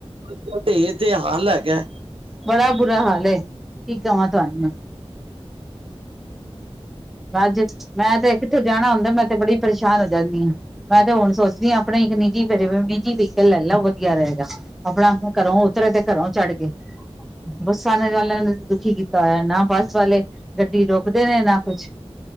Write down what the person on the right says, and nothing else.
ਅੱਜ-ਕਲ ਤੇ ਏਤੇ ਹਾਲ ਹੈਗੈ।